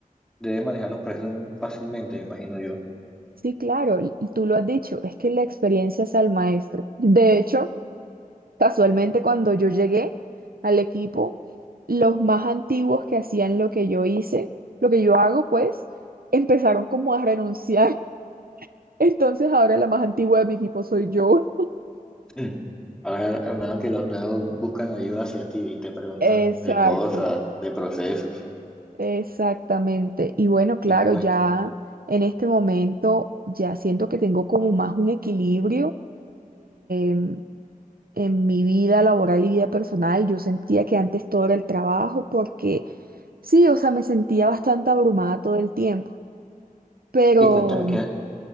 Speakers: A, in the centre; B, on the right.
A: debes manejar los procesos fácilmente, me imagino yo.
B: sí claro y y tú lo has dicho es es que la experiencia es al maestro de hecho Casualmente, cuando yo llegué al equipo, los más antiguos que hacían lo que yo hice, lo que yo hago, pues, empezaron como a renunciar. <laughs> Entonces, ahora la más antigua de mi equipo soy yo.
A: <clears throat> Ahora, hermano, que los nuevos buscan ayuda hacia ti y te preguntan
B: Exacto,
A: de cosas, de procesos.
B: exactamente. Y bueno, claro,
A: Y, cuen-
B: ya en este momento ya siento que tengo como más un equilibrio em, en mi vida laboral y vida personal. Yo sentía que antes todo era el trabajo porque Sí, o sea, me sentía bastante abrumada todo el tiempo, pero,
A: y cuéntame qué,